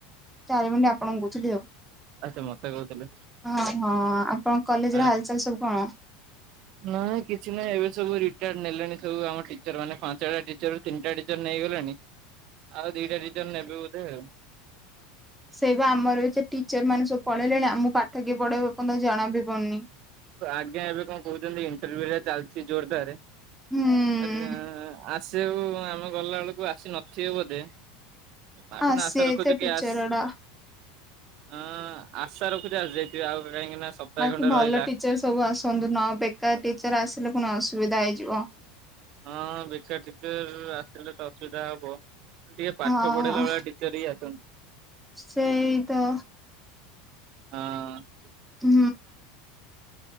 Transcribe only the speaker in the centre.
ଚାରି ମିଣ୍ଟି ଆପଣଙ୍କୁ କହୁଥିଲି ଆଉ।
ହଁ ହଁ ଆପଣ କଲେଜ
ର ହାଲଚାଲ ସବୁ କଣ?
ସେଇ ବା ଆମର ବି ଏ ଟିଚର ମାନେ ସବୁ ପଳେଇଲେଣି, ଆମକୁ ପାଠ କିଏ ପଢେଇବ ଏପର୍ଯ୍ୟନ୍ତ ଜଣା ବି ପଡୁନି।
ହୁଁ
ଆସିଯାଇଥିବେ
ଟିଚର
ଗୁଡା।
ବାକି
ଭଲ
ଟିଚର ସବୁ ଆସନ୍ତୁ, ନ ବେକାର ଟିଚର ଆସିଲେ ପୁଣି ଅସୁବିଧା ହେଇଯିବ।
ହଁ
ସେଇ ତ
ହୁଁ।